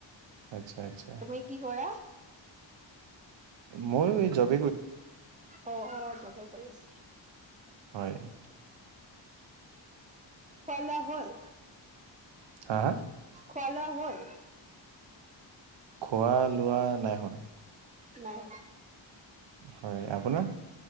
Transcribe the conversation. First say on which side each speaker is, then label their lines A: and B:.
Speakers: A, on the right; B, on the right.
A: আচ্ছা, আচ্ছা
B: তুমি কি কৰা
A: মই এই জব
B: অ', অ', যবে কৰি আছোঁ।
A: হয়।
B: খোৱা, লোৱা হ'ল?
A: হা?
B: খোৱালোৱা হ'ল?
A: খোৱা, লোৱা নাই হোৱা।
B: নাই।
A: হয় আপোনাৰ?